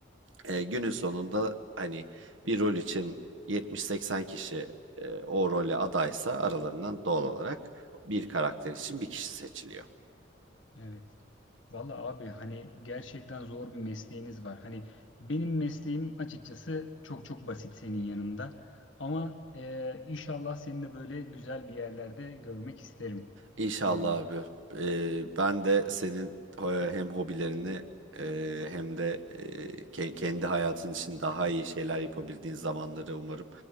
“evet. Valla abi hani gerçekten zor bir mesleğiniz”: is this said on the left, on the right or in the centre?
Left